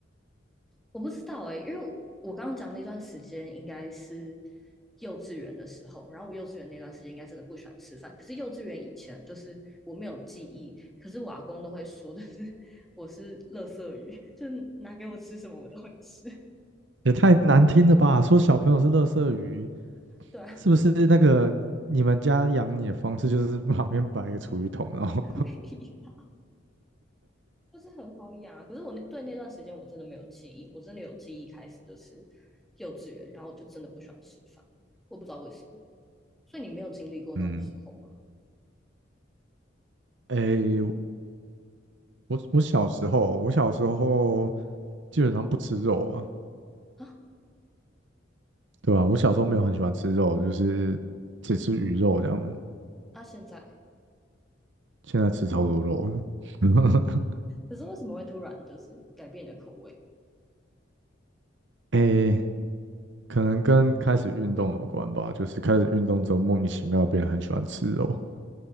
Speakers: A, in the centre; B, on the right (about 70°).
A: 我不知道哎，因为我我刚刚讲那段时间应该是幼稚园的时候，然后我幼稚园那段时间应该真的不喜欢吃饭。可是幼稚园以前就是我没有记忆，可是我阿公都会说，就是 <laughs> 我是垃圾鱼，<laughs> 就是拿给我吃什么我都会吃。
B: 也太难听了吧？说小朋友是垃圾鱼，
A: 对啊，
B: 是不是那个你们家养你的方式就是旁边摆一个储鱼桶，然后
A: <laughs> 屁啦就是很好养啊。可是我那对那段时间我真的没有记忆，我真的有记忆开始就是幼稚园，然后我就真的不喜欢吃饭，我不知道为什么。所以你没有经历过那种时候吗？
B: <laughs> 嗯，哎，我我小时候我小时候基本上不吃肉啊，
A: 啊
B: 对吧？我小时候没有很喜欢吃肉，就是只吃鱼肉这样子，
A: 啊！现在
B: 现在吃超多肉了。<laughs>
A: 可是为什么会突然就是改变你的口味？
B: 哎可能跟开始运动有关吧，就是开始运动之后莫名其妙变得很喜欢吃肉，